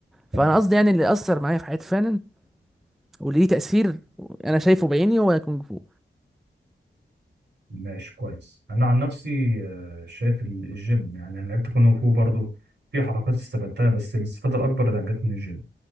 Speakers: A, on the right; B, in the centre.
A: تمام
B: فانا قصدي يعني اللي اثر معايا في حياتي فعلا واللي ليه تأثير انا شايفه بعيني هو كونج فو
A: ماشي كويس انا عن نفسي آه، شايف ال- الجيم يعني انا لعبت كونغ فو برضه في حركات استفدتها بس الاستفاده الاكبر اللي جت من الجيم